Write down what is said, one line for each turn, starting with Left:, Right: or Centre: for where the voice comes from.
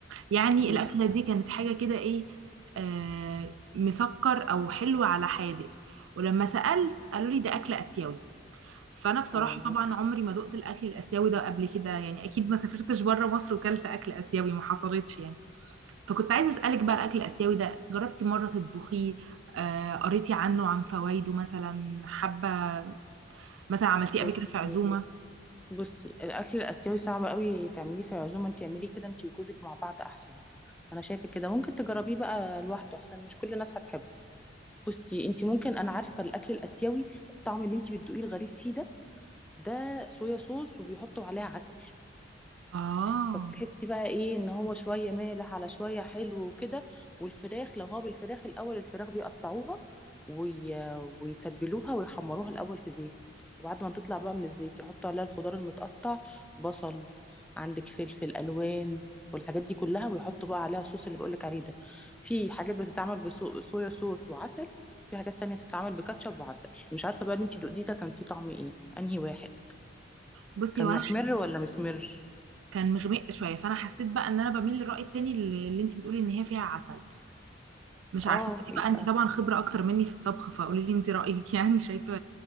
Right: يعني
Centre: مش
Right: الأكلة دي كانت حاجة كده إيه آه مسكر أو حلو على حادق ولما سألت قالوا لي ده أكل آسيوي فأنا بصراحة
Centre: اه
Right: طبعا عمري ما دقت الأكل الآسيوي ده قبل كده يعني أكيد ما سافرتش بره مصر وكلت أكل آسيوي ما حصلتش يعني فكنت عايزة أسألك بقى الأكل الآسيوي ده جربتي مرة تطبخيه آه قريتي عنه عن فوائده مثلا حابة مثلا عملتيه
Centre: بصي
Right: قبل كده في عزومة
Centre: يا ستي بصي الاكل الاسيوي صعب قوي تعمليه في عزومه انت اعمليه كده انت وجوزك مع بعض احسن انا شايفه كده ممكن تجربيه بقى لوحده احسن مش كل الناس هتحبه بصي انت ممكن انا عارفه الاكل الاسيوي الطعم اللي انت بتدوقيه الغريب فيه ده ده صويا صوص وبيحطوا عليها عسل
Right: آه
Centre: فبتحسي بقى ايه ان هو شويه مالح على شويه حلو وكده والفراخ لو هو بالفراخ الاول الفراخ بيقطعوها وي... ويتبلوها ويحمروها الاول في زيت وبعد ما تطلع بقى من الزيت يحطوا عليها الخضار المتقطع بصل عندك فلفل الوان والحاجات دي كلها ويحطوا بقى عليها الصوص اللي بقولك عليه ده في حاجات بتتعمل بصويا صوص وعسل وفي حاجات تانية بتتعمل بكاتشب وعسل مش عارفة بقى اللي انتي دقتيه ده كان فيه طعم ايه انهي واحد
Right: بصي
Centre: كان
Right: وأنا
Centre: محمر ولا مسمر
Right: كان مغمق شويه فانا حسيت بقى ان انا بميل للراي التاني اللي اللي انت بتقولي ان هي فيها عسل مش عارفه
Centre: اه
Right: انت
Centre: يبقى
Right: بقى انت طبعا خبره اكتر مني في الطبخ فقولي لي انت رايك <laughs> يعني شايفه